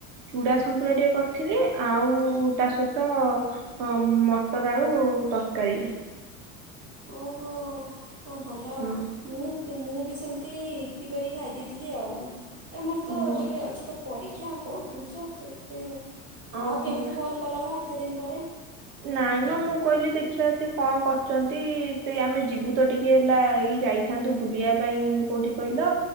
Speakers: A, on the right (about 50°); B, on the right (about 80°).
A: ଚୁଡ଼ା ସନ୍ତୁଳା ଟିକେ କରିଥିଲି ଆଉ ତା ସହିତ ଅ ମଟର ଆଳୁ ତରକାରୀ।
B: ଓହୋ ହଁ ଭଲ ଆଉ।
A: ହଁ
B: ମୁଁ ମୁଁ ବି ସେମିତି ଇପି କରିକି ଖାଇ ଦେଇେଇଥିଲି ଆଉ। ଏ ମୋର ତ
A: ଓହୋ
B: ଟିକିଏ ଅଛି ତ ପରୀକ୍ଷା ଆ ପଢଡ଼ୁଥିଲି ତ ସେଇଥିପାଇଁ ଆଉ
A: ଓହୋ
B: ଆଉ କେମିତି ଫୋନ୍ କଲ ମ ଏତେ ଦିନ ପରେ।
A: ନାଇଁ ମ ମୁଁ କହିଲି ଦେଖିବା ସିଏ କଣ କରୁଛନ୍ତି ସେଇ ଆମେ ଯିବୁ ତ ଟିକେ ହେଲା ଏଇ ଯାଇ ଥାନ୍ତୁ ବୁଲିବା ପାଇଁ କୋଉଠି କହିଲ